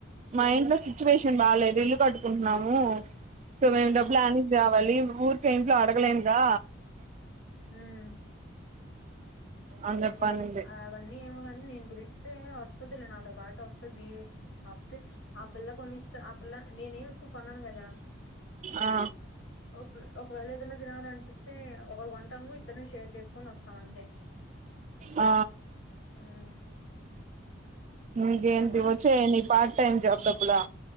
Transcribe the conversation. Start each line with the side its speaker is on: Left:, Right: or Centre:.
Right: మా ఇంట్లో సిచ్యువేషన్ బాలేదు ఇల్లు కట్టుకుంటున్నాము, సో మేము
Left: ఉమ్
Right: డబ్బులు యాడ నుంచ్ రావాలి ఊరికే ఇంట్లో అడగలేనుగా
Left: ఉమ్
Right: అని చెప్పనింది
Left: ఏ అవన్నీ ఏమో గని, నేను పిలిస్తే వస్తదిలే నాతో పాటు వస్తది. కాపోతే ఆ పల్ల కొని ఇస్తే ఆ పల్ల నేనేమి ఎక్కువ కొనను కదా.
Right: ఆ
Left: ఒక్ ఒకవేళ ఏదన్న తినాలనిపిస్తే ఒకల్ కొంటము, ఇద్దరం షేర్ చేసుకొని వస్తాం అంతే.
Right: ఆ
Left: ఉమ్
Right: ఇకేంటి
Left: అట్లా
Right: వచ్చే
Left: వస్తాం
Right: నీ పార్ట్ టైమ్ జాబ్ డబ్బులా?